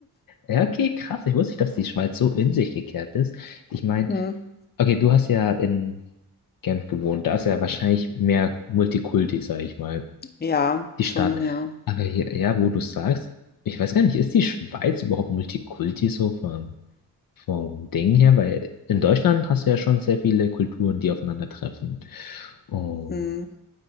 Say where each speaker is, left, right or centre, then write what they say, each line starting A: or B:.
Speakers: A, on the left; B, on the left.
A: Ja, okay, krass. Ich wusste nicht, dass die Schweiz so in sich gekehrt ist. Ich meine,
B: Mhm.
A: okay, du hast ja in Genf gewohnt. Da ist ja wahrscheinlich mehr Multikulti, sag ich mal,
B: Ja,
A: die
B: schon,
A: Stadt.
B: ja.
A: Aber hier, ja, wo du sagst, ich weiß gar nicht, ist die Schweiz überhaupt Multikulti so vom, vom Ding her? Weil in Deutschland hast du ja schon sehr viele Kulturen, die aufeinandertreffen. Und
B: Mhm.